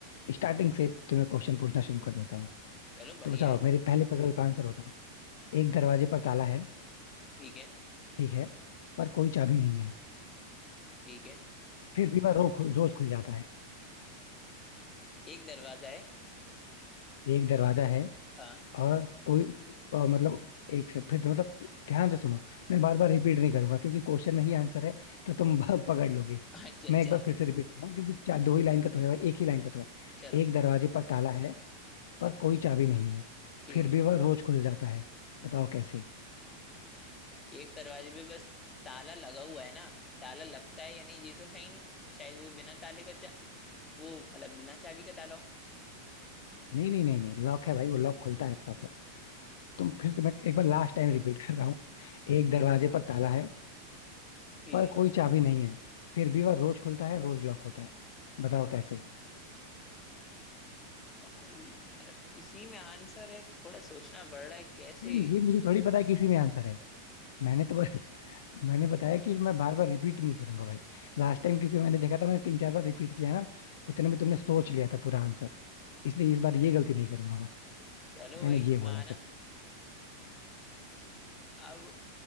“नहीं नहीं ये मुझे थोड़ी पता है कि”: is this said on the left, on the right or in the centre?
Left